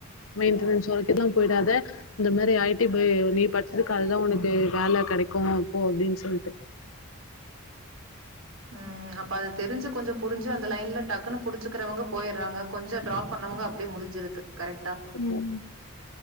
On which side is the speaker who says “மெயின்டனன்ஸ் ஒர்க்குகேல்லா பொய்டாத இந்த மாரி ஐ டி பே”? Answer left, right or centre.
Left